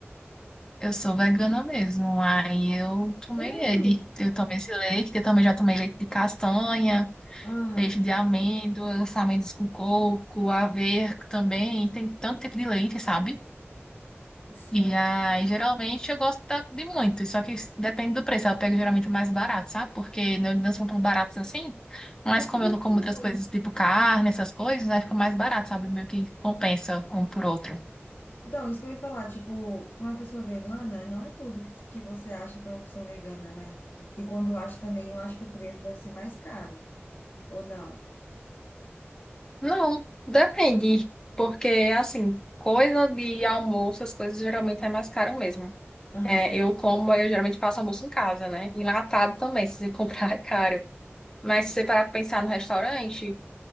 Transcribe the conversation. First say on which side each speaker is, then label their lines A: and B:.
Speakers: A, on the left; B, on the left.
A: Eu sou vegana mesmo, aí eu tomei
B: Sério?
A: ele. Eu tomei esse leite, eu também já tomei leite de castanha.
B: Ah,
A: leite de amêndoas, amêndoas com coco, aveia também, tem tanto tipo de leite, sabe?
B: sim.
A: E aí, geralmente, eu gosto da- de muito, só que s- depende do preço. Eu pego geralmente o mais barato, sabe? Porque não, não são tão baratos assim, mas
B: E
A: como
B: tu
A: eu
B: é
A: não
B: vegana?
A: como outras coisas, tipo carne, essas coisas, aí fica mais barato, sabe? Meio que compensa um por outro.
B: Então, isso que eu ia falar, tipo, pra uma pessoa vegana, não é tudo que, que você acha para opção vegana, né? E quando acha também, eu acho que o preço deve ser mais caro, ou não?
A: Não, depende, porque assim, coisa de almoço, as coisas geralmente é mais caro mesmo.
B: Aham,
A: É, eu como, eu geralmente faço almoço em casa, né? Enlatado também, se você <laughs> comprar é caro. Mas se você parar pra pensar no restaurante,